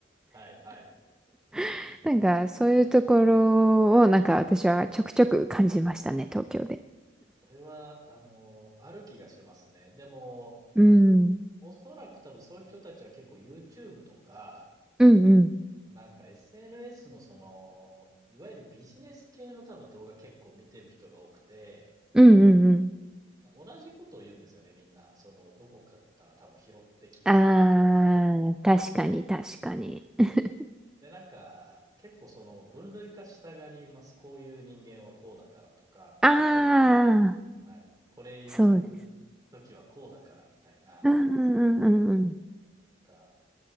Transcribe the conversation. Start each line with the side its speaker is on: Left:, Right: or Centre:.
Right: はいはい。
Centre: <laughs> なんかそういうところをなんか私はちょくちょく感じましたね、東京で。
Right: それは、あの、ある気がしますね。でも、
Centre: うん。
Right: おそらく多分そういう人たちは結構 YouTube とか、
Centre: うんうん。
Right: なんか SNS のその、いわゆるビジネス系の多分動画結構見てる人が多くて、
Centre: うんうんうん。
Right: 同じことを言うんですよね、みんな。その、どこかから多分拾ってきたセリフとか。
Centre: ああ、確かに確かに。<laughs>
Right: で、なんか、結構その、分類化したがります。こういう人間はこうだからとか、
Centre: ああ、
Right: だいたい、はい、これ言う時はこうだからみたいな、
Centre: そうです。うんうんうんうんうん。
Right: なんか、